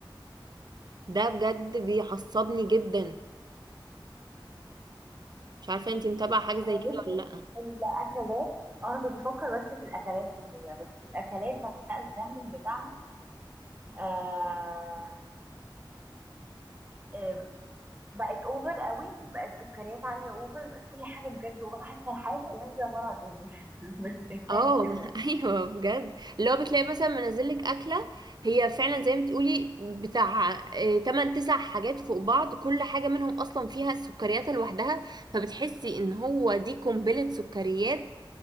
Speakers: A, on the right; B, on the right.
A: ده بجد بيعصبني جدا مش عارفه انتي متابعه حاجه زي
B: آه،
A: كده
B: بصي
A: ولا لا
B: الأكلات أنا كنت بفكر بس في الأكلات إيه هي بس الأكلات بقى الترندنج بتاعها آه آم، بقت أوفر قوي بقت سكريات عالية أوفر بقت كل حاجة بجد وحاسة الحياة الأيام دي عبارة عن أوفر <laughs> شايفاها
A: اه
B: كده
A: <laughs> ايوه بجد اللي هو بتلاقي مثلا منزل لك اكله هي فعلا زي ما تقولي بتاع 8 9 حاجات فوق بعض كل حاجه منهم اصلا فيها السكريات لوحدها فبتحسي ان هو دي قنبله سكريات